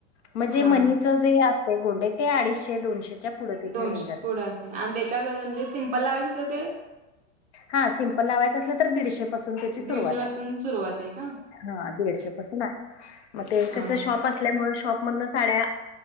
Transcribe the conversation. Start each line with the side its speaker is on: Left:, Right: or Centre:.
Left: म्हणजे
Right: हा
Left: मनीच जे असत गोंडे ते अडीचशे दोनशेच्या. पुढे त्याची
Right: दोनशे
Left: रेंज
Right: पुढं असते आणि त्याच्या म्हणजे सिंपल लावचं असलं ते.
Left: हा, सिम्पल लावायचं असलं तर दीडशे. पासून त्याची सुरुवात
Right: दीडशे पासून
Left: आहे
Right: सुरुवात आहे का
Left: हा दीडशे पासून आहे. मग ते
Right: हा
Left: कस शॉप
Right: हा
Left: असल्यामुळे शॉपमधन साड्या.